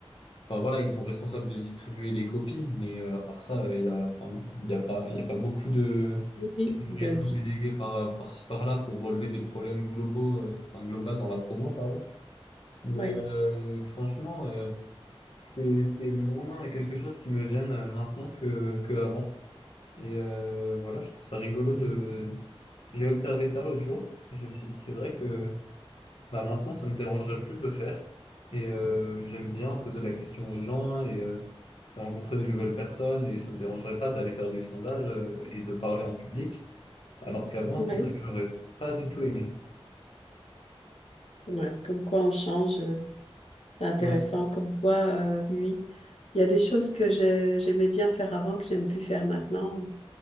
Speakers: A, on the left; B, on the left.
A: Enfin voilà, ils sont responsables de distribuer les copies, mais euh, à part ça, euh, il y a, enfin, il y a pas, il y a pas beaucoup de
B: Oui, oui,
A: il y a une
B: de,
A: réunion
B: di-
A: déléguée par euh, par-ci par-là pour relever des problèmes globaux, euh, enfin global dans la promo, pardon. Mais
B: ouais,
A: euh, franchement, euh, c'est c'est vraiment quelque chose qui me gêne euh, maintenant que que avant. Et euh, voilà, je trouve ça rigolo de. J'ai observé ça l'autre jour et je me suis dit c'est vrai que Bah maintenant, ça me dérangerait plus de le faire. Et euh, j'aime bien poser la question aux gens et, euh, et rencontrer des nouvelles personnes. Et ça me dérangerait pas d'aller faire des sondages euh, et de parler en public. Alors qu'avant,
B: ouais,
A: c'est vrai que j'aurais pas du tout aimé.
B: ouais. Comme quoi on change, euh, c'est intéressant.
A: Ouais.
B: Comme quoi, euh, oui, il y a des choses que j'ai- j'aimais bien faire avant, que j'aime plus faire maintenant.